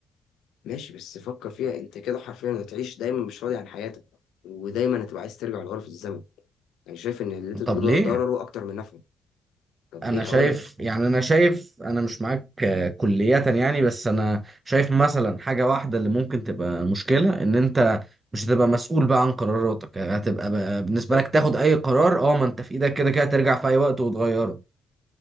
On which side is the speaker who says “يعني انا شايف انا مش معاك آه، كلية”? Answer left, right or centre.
Right